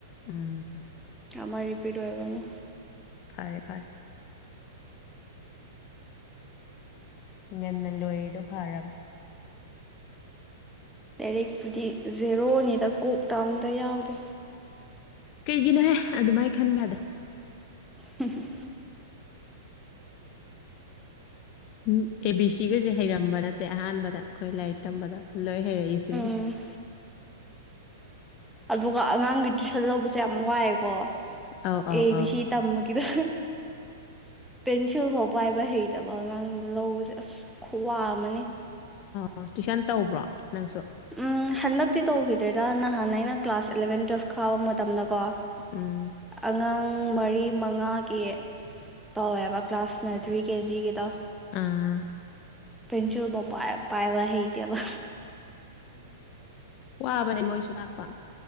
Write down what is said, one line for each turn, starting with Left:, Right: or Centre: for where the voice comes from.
Left: ꯎꯝ
Centre: ꯑ ꯑꯃꯥꯏ ꯔꯤꯄꯤꯠ ꯑꯣꯏꯕ ꯑꯃ
Left: ꯐꯥꯔꯦ ꯐꯥꯔꯦ ꯟꯅ ꯂꯣꯏꯗ ꯐꯥꯔꯕ
Centre: ꯂꯏꯔꯤꯛꯄꯨꯗꯤ ꯖꯦꯔꯣꯅꯤꯗ ꯀꯣꯛꯇ ꯑꯝꯇ ꯌꯥꯎꯗꯦ
Left: ꯀꯩꯒꯤꯅꯣꯍꯦ ꯑꯗꯨꯃꯥꯏꯅ ꯈꯟꯕꯗ
Centre: ꯍꯝ
Left: ꯎꯝ ꯑꯦ ꯕꯤ ꯁꯤꯒꯁꯦ ꯍꯩꯔꯝꯕ ꯅꯠꯇꯦ ꯑꯍꯥꯟꯕꯗ ꯑꯩꯈꯣꯏ ꯂꯥꯏꯔꯤꯛ ꯇꯝꯕꯗ ꯂꯣꯏ ꯍꯩꯔꯛꯏꯁꯤꯅꯦ
Centre: ꯎꯝ ꯑꯗꯨꯒ ꯑꯉꯥꯡꯒꯤ ꯇꯨꯏꯁꯟ ꯂꯧꯕꯁꯦ ꯌꯥꯝ ꯋꯥꯏꯦꯀꯣ
Left: ꯑꯧ ꯑꯧ
Centre: ꯑꯦꯕꯤ
Left: ꯑꯧ
Centre: ꯁꯤ ꯇꯃꯒꯤꯗ ꯄꯦꯟꯁꯤꯜꯐꯥꯎ ꯄꯥꯏꯕ ꯍꯩꯇꯕ ꯑꯉꯥꯡꯗ ꯂꯧꯕꯁꯦ ꯑꯁ ꯈꯨꯋꯥ ꯑꯃꯅꯤ
Left: ꯑꯣ ꯇꯨꯏꯁꯟ ꯇꯧꯕ꯭ꯔꯣ ꯅꯪꯁꯨ
Centre: ꯎꯝ ꯍꯟꯗꯛꯇꯤ ꯇꯧꯈꯤꯗ꯭ꯔꯦꯗ ꯅꯍꯥꯟꯩꯅ ꯀ꯭ꯂꯥꯁ ꯑꯦꯂꯚꯦꯟ ꯇꯨꯋꯦꯜꯐ ꯈꯥꯎꯕ ꯃꯇꯝꯗꯀꯣ
Left: ꯎꯝ
Centre: ꯑꯉꯥꯡ ꯄꯨꯡ ꯃꯔꯤ ꯃꯉꯥꯒꯤ ꯇꯧꯋꯦꯕ ꯀ꯭ꯂꯥꯁꯅꯗ꯭ꯔꯤ ꯀꯦꯖꯤꯒꯤꯗ
Left: ꯑꯥ
Centre: ꯄꯦꯟꯁꯤꯤ ꯄꯥꯏ ꯄꯥꯏꯕ ꯍꯦꯕ
Left: ꯋꯥꯕꯅꯦ ꯃꯣꯏꯁꯨ ꯇꯥꯛꯄ